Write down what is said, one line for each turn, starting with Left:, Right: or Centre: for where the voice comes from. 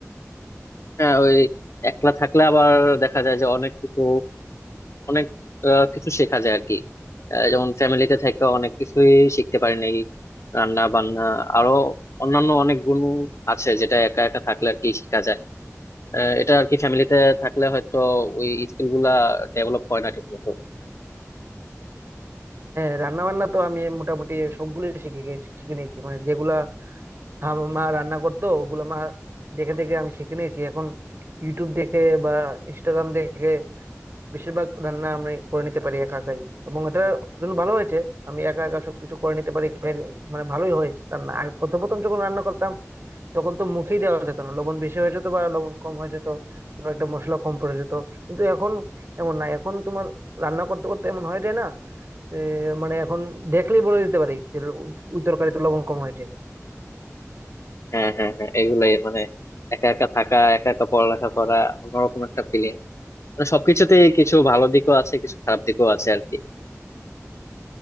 Left: হ্যাঁ ওই একলা থাকলে আবার দেখা যায় যে অনেক কিছু অনেক আহ, কিছু শেখা যায় আর কি আহ, যেমন ফ্যামিলিতে থেকে অনেক কিছুই শিখতে পারি নাই রান্না বান্না আরো অন্যান্য অনেক গুণ আছে যেটা একা একা থাকলে আর কি শেখা যায় আহ, এটা আর কি ফ্যামিলিতে থাকলে হয়তো ওই স্কিল গুলা ডেভেলপ হয় না ঠিক মতো
Right: হ্যাঁ রান্না বান্না তো আমি মোটামুটি সবগুলোই শিখে গেছি শিখে নিয়েছি মানে যেগুলা আম- মা রান্না করতো ওগুলো মা দেখে দেখে আমি শিখে নিয়েছি এখন ইউটিউব দেখে বা ইনস্টাগ্রাম দেখে বেশিরভাগ রান্না আমি করে নিতে পারি একা একাই এবং এটা জন্য ভালো হয়েছে আমি একা একা সবকিছু করে নিতে পারি খেয়ে মানে ভালোই হয় রান্না আর প্রথম প্রথম যখন রান্না করতাম তখন তো মুখেই দেওয়া যেত না লবণ বেশি হয়ে যেত বা লবণ কম হয়ে যেত কোনো একটা মশলা কম পড়ে যেত কিন্তু এখন এমন না এখন তোমার রান্না করতে করতে এমন হয়ে যায় না এ, মানে এখন দেখলেই বলে দিতে পারি যে ওই তরকারিতে লবণ কম হয়েছে
Left: হ্যাঁ হ্যাঁ হ্যাঁ এগুলাই মানে একা একা থাকা একা একা পড়ালেখা করা অন্যরকম একটা ফিলিং মানে সবকিছুতে কিছু ভালো দিকও আছে কিছু খারাপ দিকও আছে আর কি